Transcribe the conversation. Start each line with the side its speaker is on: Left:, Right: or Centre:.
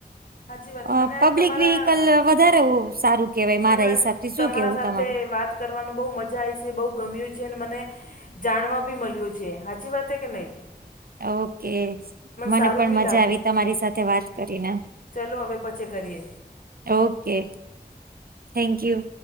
Left: સાચી વાત
Right: અ
Left: મને આજ
Right: પબ્લિક
Left: તમારા
Right: વિહિકલ વધારે સારું કેવાય મારા
Left: મને
Right: હિસાબથી શું
Left: તમારા
Right: કેવું
Left: સાથે
Right: તમારું
Left: વાત કરવાનું બહુ મજા આવી છે બહુ ગમ્યું છે મને જાણવા બી મળ્યો છે સાચી વાત કે નહી.
Right: ઓકે મને
Left: સારું
Right: પણ
Left: બી
Right: મજા
Left: લાગવું
Right: આવી તમારી સાથે વાત કરીને
Left: ચલો હવે પછી કરીએ.
Right: Okay thank you